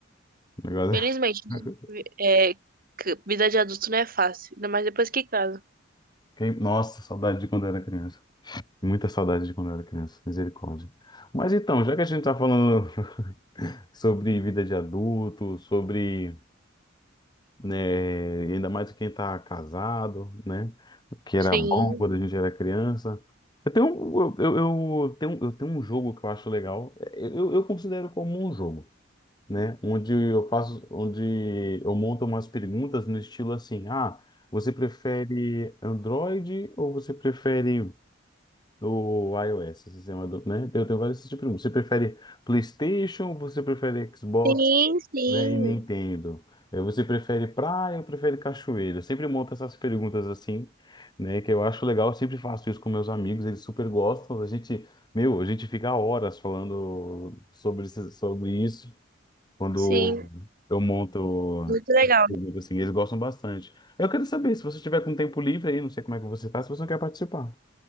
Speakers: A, on the left; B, on the right.
A: O negócio
B: Felizmente,
A: é-
B: né?
A: <laughs>
B: É, que vida de adulto não é fácil, ainda mais depois que casa.
A: Quem- Nossa, saudade de quando eu era criança. Muita saudade de quando eu era criança. Misericórdia. Mas então, já que a gente está falando <laughs> sobre vida de adulto, sobre né? Ainda mais quem tá casado, né? Que
B: Sim,
A: era Uhum. bom quando a gente era criança. Eu tenho, um, eu, eu, eu tenho, eu tenho um jogo que eu acho legal. É, Eu, eu considero como um jogo, né? Onde eu faço, onde eu monto umas perguntas no estilo assim, ah, você prefere Android ou você prefere o iOS, esse sistema do, né? Eu tenho vários tipos de perguntas. Você prefere PlayStation ou você prefere Xbox?
B: sim, sim,
A: né? E Nintendo. Eh, Você prefere praia ou prefere cachoeira? Eu sempre monto essas perguntas assim, né? Que eu acho legal, eu sempre faço isso com meus amigos, eles super gostam. A gente, meu, a gente fica horas falando sobre, esse- sobre isso quando
B: sim.
A: eu monto,
B: Muito legal.
A: perguntas assim, eles gostam bastante. Eu quero saber, se você tiver com tempo livre aí, não sei como é que você faz, se você não quer participar.